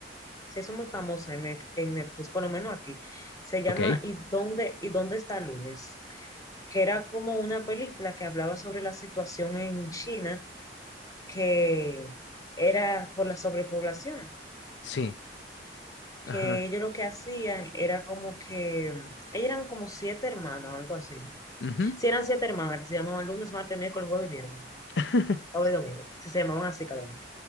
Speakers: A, on the left (about 20°); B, on the left (about 80°).
A: Se hizo muy famosa en, Net- en Netflix, por lo menos aquí. Se llama
B: ok,
A: ¿Y dónde, y dónde está lunes? Que era como una película que hablaba sobre la situación en China, que era por la sobrepoblación.
B: sí,
A: Que
B: ajá.
A: ellos lo que hacían era como que, ellos eran como siete hermanos, algo así.
B: ujú.
A: si eran siete hermanas, que se llamaban lunes, martes, miércoles, jueves y viernes,
B: <laughs>
A: o domingo, si se llamaban así cada uno.